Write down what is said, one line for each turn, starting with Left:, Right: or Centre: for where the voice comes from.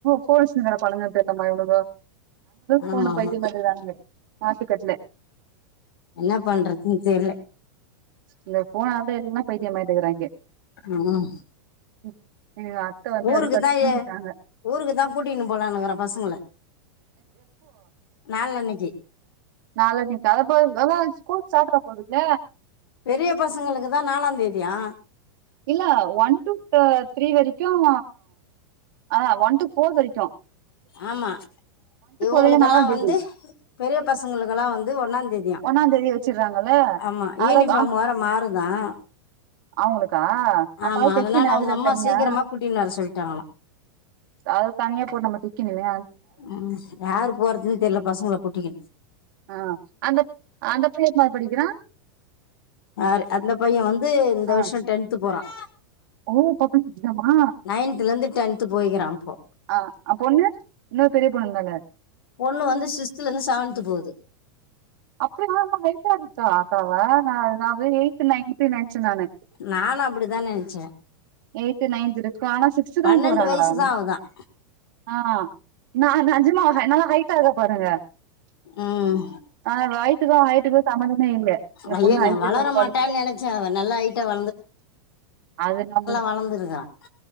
Right: போங்கர பண்ணங்கனு தெரியலம்மா இவளோ
Left: ஆமா
Right: போனு பைத்தியமாயிருக்ராங்க
Left: ஆமா
Right: மாசுக்கட்டுல
Left: என்ன பண்றதுன்னு தெரில
Right: இல்ல போனாதான் எல்லாம் பைத்தியமாட்டுக்கறாங்க
Left: உஹ்
Right: <inaudible> அத்த வந்து
Left: ஊருக்கு
Right: அப்டி படுத்து
Left: தான்
Right: தூங்கிட்டாங்க
Left: ஊருக்கு தான் கூட்டினு போலாம்னுங்கிறேன் பசங்க நாளன்னைக் கி
Right: நால நீ கல <unintelligible> ஸ்கூல் சாட்டுற போதுல
Left: பெரிய பசங்களுக்குதான் நாலாம் தேதியா
Right: இல்ல ஒன் டு த்ரீ வரைக்கும் ஆ ஒன் டு ஃபோர் வரைக்கும்
Left: ஆமா இவுங்கலுக்கெல்லாம்
Right: வரைக்கு நாலாந் தேதி
Left: வந்து பெரிய பசங்களுக்கெல்லாம் வந்து ஒன்னா தேதியா
Right: ஒன்னாந் தேதி வச்சிடுறாங்கல்ல
Left: ஆமா
Right: அத
Left: யூனிஃபார்ம் வர மாறுதான்
Right: அவுங்களுக்கு <unintelligible> ப்ப
Left: ஆமா
Right: தைக்கு
Left: அதனால அவங்க
Right: அதுல
Left: அம்மா
Right: தனியா
Left: சீக்கிரமா கூட்டின்னு வர சொல்லிட்டாங்களாம்
Right: அத தனியா போட்டு நம்ம தக்கணுமே
Left: உ யாரு போறதுன்னு தெரில பசங்க கூட்டிக்ணு
Right: ஆ அந்த அந்த பைய எத்தனாவது படிக்கிறா
Left: ரு அந்த பையன் வந்து இந்த
Right: ஆ
Left: வருஷம் டென்த் த்து போறான்
Right: ஓ பக்க மா
Left: நைன்த்துலேருந்து டென்த்து போய்க்கிறான் இப்போ
Right: ஆஹ் பொண்ணு இன்னொரு பெரிய பொண்ணுருந்தால
Left: ஒண்ணு வந்து சிக்ஸ்துல இருந்து செவன்த் போவுது
Right: அப்டியா இருச்சா அக்காவா நான்து எய்த்து நைன்த்து நெனச்சே நானு
Left: நானும் அப்டிதான் நெனச்சேன்
Right: எய்த் நைன்த் இருக்கும் ஆனா சிக்ஸ்த்
Left: பன்னெண்டு
Right: தான் போறாங்களா
Left: வயசு தான் அவதான்
Right: ஆஹ் நான் நெஜமா ந ஹைட் ஆக பாருங்க
Left: ம்
Right: ஆ யட்டுக்கும் ஹைட்டுக்கும் சம்பந்தமே இல்ல இந்த
Left: ஐயோ
Right: பொண்ணு ஹைட்டுக்கும்படுது
Left: நான் வளர மாட்டான்னு நினச்சேன் அவன் நல்லா ஹைட்டாக
Right: அது நம்மளு
Left: வளர்ந்ருக்கறான்